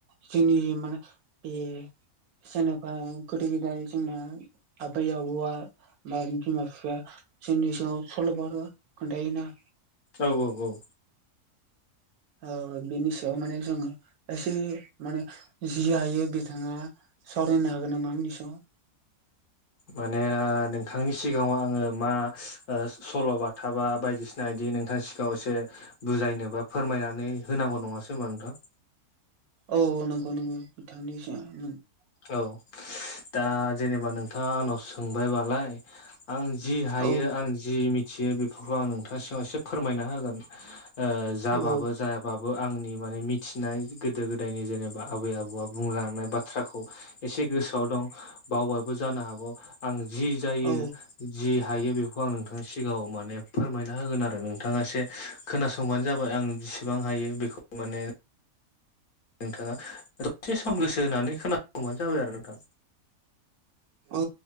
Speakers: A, on the right; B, on the left.
A: जोंनि माने बे जेनेबा गोदो गोदाय जोंना आबै आबौआ म बिमा बिफाया जोंनि सिगाङाव सल'बाथा खोन्थायोना‌‌।
B: औ औ औ।
A: औ बेनि सायाव माने जों एसे माने जि हायो बिथाङा सावरायनो हागोन नामा आंनिसायाव। <unintelligible>
B: माने नोंथांनि सिगाङाव आङो मा सल' बाथा बा बायदिसिना बिदि नोंथां सिगाङाव एसे बुजायनो बा फोरमायनानै होनांगौ नङासो होनबा नोंथां।
A: औ नंगौ नंगौ <unintelligible>
B: औ दा जेनेबा नोंथाङा आंनाव सोंबायबालाय आं जि हायो
A: औ
B: आं जि मिथियो बेफोरखौ आं नोंथांनि सिगाव एसे फोरमायना होगोन ओ जाबाबो
A: औ
B: जायाबाबो आंनि माने मिथिनाय गोदो गोदायनि जेनेबा आबै आबौ बबा बुंलांनाय बाथ्राखौ एसे गोसोआव दं बावबायबो जानो हागौ आं जि जायो
A: औ
B: जि हायो बेखौ आं नोंथांनि सिगाङाव माने फोरमायना होगोन आरो नोंथाङा एसे खोनासंबानो जाबाय आं जेसेबां हायो बेखौ माने नोंथाङा दसे सम गोसो होनानै खोनासंबानो जाबाय आरो नोंथाङा।
A: औ